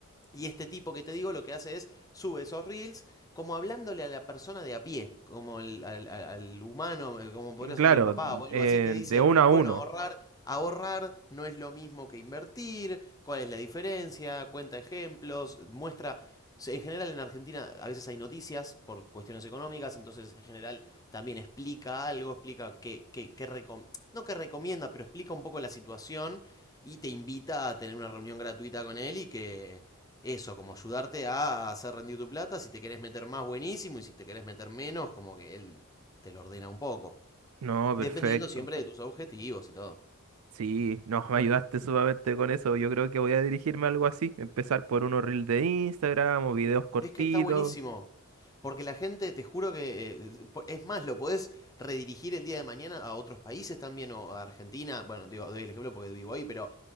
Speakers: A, on the left (about 15°); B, on the right (about 75°).
A: y este tipo que te digo lo que hace es sube esos reels como hablándole a la persona de a pie, como el- al, al- humano, eh, como podría
B: Claro,
A: ser mi papá o algo
B: eh,
A: así, que dice,
B: de uno a
A: bueno,
B: uno.
A: ahorrar, ahorrar no es lo mismo que invertir, cuál es la diferencia, cuenta ejemplos, muestra... o En general en Argentina a veces hay noticias por cuestiones económicas, entonces en general también explica algo, explica que, que que recom no que recomienda, pero explica un poco la situación y te invita a tener una reunión gratuita con él y que eso, como ayudarte a hacer rendir tu plata, si te querés meter más buenísimo y si te querés meter menos, como que él te lo ordena un poco,
B: No,
A: dependiendo
B: perfecto.
A: siempre de tus objetivos y todo.
B: Sí, no, me ayudaste sumamente con eso. Yo creo que voy a dirigirme a algo así. Empezar por unos reels de Instagram o videos cortitos.
A: Es que está buenísimo. Porque la gente, te juro que, eh, po- es más, lo podés redirigir el día de mañana a otros países también o a Argentina. Bueno, digo, doy el ejemplo porque vivo ahí, pero,